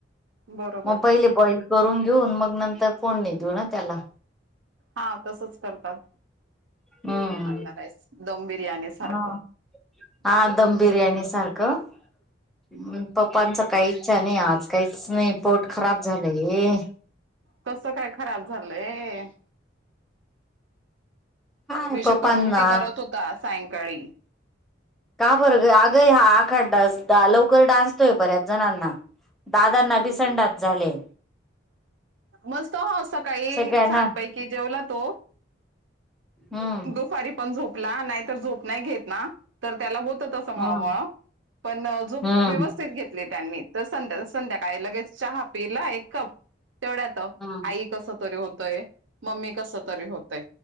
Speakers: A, on the right; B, in the centre.
A: बरोबर
B: मग पहिले बॉईल, करून घेऊन मग नंतर फोडनी देऊ ना त्याला,
A: हा तसच करतात
B: हम्म
A: अंडा राईस दम बिर्याणी सारखं.
B: हा हा दम बिर्याणी सारखं पप्पांचं काही इच्छा नाही आज काहीच नाही पोट खराब झालंय.
A: कस काय खराब झालंय.
B: काय
A: विशू
B: पप्पांना
A: पण उलटी करत होता सायंकाळी.
B: का बरं ग आग हा आखाड लवकर डाजतोय बऱ्याच जणांना. दादानां बि संडास झाले.
A: मस्त हो सकाळी
B: सगळ्यांना
A: छानपैकी जेवला तो
B: हम्म
A: दुपारी पण झोपला नाही तर झोप नाही घेत. ना तर त्याला होत तसं मळमळ
B: हम्म
A: पण झोप
B: हम्म
A: व्यवस्थित घेतली त्यांनी. तर संध्या संध्याकाळी लगेच चहा पिला एक कप तेवढ्यात
B: हम्म
A: आई कस तरी होतंय मम्मी कस तरी होतय